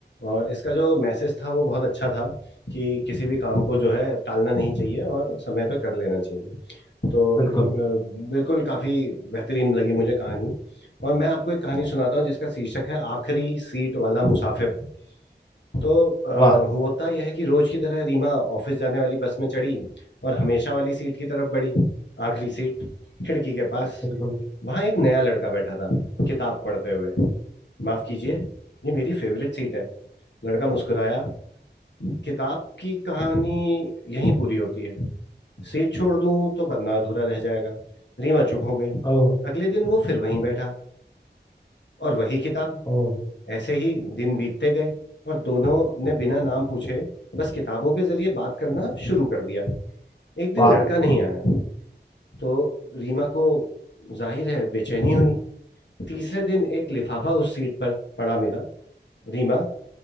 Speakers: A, on the left (about 75°); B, on the left (about 25°).
A: और इसका जो मैसेज था वो बहुत अच्छा था कि किसी भी काम को जो है टालना नहीं चाहिए और समय पे कर लेना चाहिए तो
B: बिल्कुल
A: अ, बिल्कुल काफी बेहतरीन लगी मुझे कहानी और मैं आपको एक कहानी सुनाता हूँ जिसका शीर्षक है आखिरी सीट वाला मुसाफिर तो अ,
B: वाह
A: होता यह है कि रोज की तरह रीमा ऑफिस जाने वाली बस में चढ़ी और हमेशा वाली सीट की तरफ बढ़ी आखिरी सीट खिड़की के पास
B: बिल्कुल
A: वहां एक नया लड़का बैठा था किताब पढ़ते हुए माफ कीजिए ये मेरी फेवरेट सीट है लड़का मुस्कुराया किताब की कहानी यहीं पूरी होती है सीट छोड़ दूं तो पन्ना अधूरा रह जाएगा रीमा चुप हो गई
B: ओ
A: अगले दिन वो फिर वहीं बैठा और वही किताब
B: ओ
A: ऐसे ही दिन बीतते गए और दोनों ने बिना नाम पूछे बस किताबों के जरिए बात करना शुरू कर दिया एक दिन
B: वाह
A: लड़का नहीं आया तो रीमा को जाहिर है बेचैनी हुई तीसरे दिन एक लिफाफा उस सीट पर पड़ा मिला रीमा